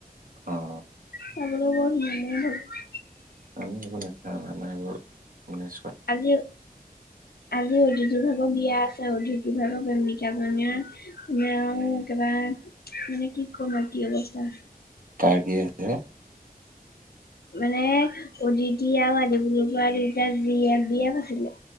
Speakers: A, on the right; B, on the left.
A: অ'।
B: চাবলৈ বৰ ধুনীয়া ময়ো ভাল পাওঁ।
A: আমি হেইবোৰ নাচাওঁ আমাৰ এইবোৰ
B: আলু আজি অতিথিভাগৰ বিয়া আছে অতিথিভাগৰ প্ৰেমিকাজনীৰ মে আৰু একবাৰে মানে কি কম আৰু কি অৱস্থা
A: টাৰ্কি আছে?
B: মানে অদিতি আৰু আদিবৰুৰ পৰা দুটা জি এফ বি এফ আছিলে।